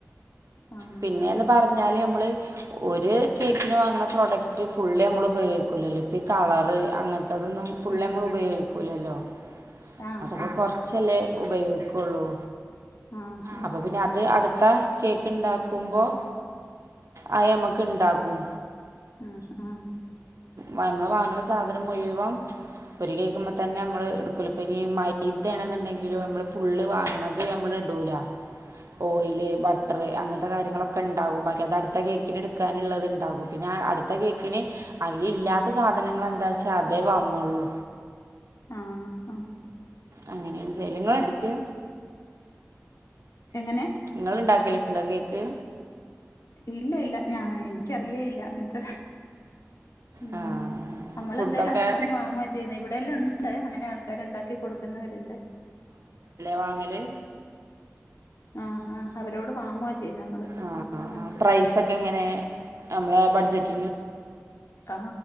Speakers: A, on the left; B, on the right.
A: ആഹ്
B: പിന്നേന്ന് പറഞ്ഞാല് നമ്മള് ഒരു കേക്കിന് വാങ്ങണ പ്രൊഡക്റ്റ് ഫുള്ളി നമ്മൾ ഉപയോഗിക്കൂല്ലല്ല. കളർ അങ്ങനെ അതൊന്നും ഫുള്ള്
A: ഉം
B: നമ്മൾ
A: ഉം
B: ഉപയോഗിക്കില്ലല്ലോ.
A: ആഹ്
B: അതൊക്കെ
A: ആഹ്
B: കുറച്ചല്ലേ ഉപയോഗിക്കുള്ളൂ.
A: ആ ആ
B: അപ്പോൾ പിന്നെ അത് അടുത്ത കേക്ക് ഉണ്ടാക്കുമ്പോൾ അത് നമുക്ക് ഉണ്ടാക്കും.
A: ആ ആ
B: നമ്മള് വാങ്ങണ സാധനം മുഴുവൻ ഒരു കേക്കുമ്മേ തന്നെ നമ്മള് എടുക്കൂല. ഇപ്പ ഈ മൈദ ആണെന്നുണ്ടെങ്കിലും നമ്മള് ഫുള്ള് വാങ്ങണത് നമ്മള് ഇ ഇടൂല ഓയില് ബട്ടർ അങ്ങനത്തെ കാര്യങ്ങളൊക്കെ ഉണ്ടാകും. ബാക്കി അത് അടുത്ത കേക്കിന് എടുക്കാനുള്ളത് ഉണ്ടാകും പിന്നെ അടുത്ത കേക്കിന് അതില് ഇല്ലാത്ത സാധനങ്ങൾ എന്താ വച്ചാ അതേ വാങ്ങുള്ളൂ.
A: ആ ആ
B: അങ്ങനെയാണ്
A: എങ്ങനെ
B: നിങ്ങള് ഉണ്ടാക്കലുണ്ടോ കേക്ക്?
A: ഇല്ല! ഇല്ല! ഞാ, എനിക്കറിയേയില്ല അങ്ങനത്തെ, ഉം.
B: ആ
A: നമ്മൾ
B: ഫുഡൊക്കെ
A: എന്തേലും ആവശ്യത്തിന് വാങ്ങുവാ ചെയ്യുന്നേ. ഇവിടെയെല്ലാം ഉണ്ട്. അങ്ങനെ ആൾക്കാർ ഉണ്ടാക്കി കൊടുക്കുന്നവരുണ്ട്.
B: വാങ്ങല്.
A: ആ ഹാ ഹാ അവരോട് വാങ്ങുവാ ചെയ്യ നമ്മള്.
B: ആ
A: ആവശ്യങ്ങൾക്ക്
B: പ്രൈസ് ഒക്കെ എങ്ങനെ? നമ്മള് ബഡ്ജറ്റ്
A: ആ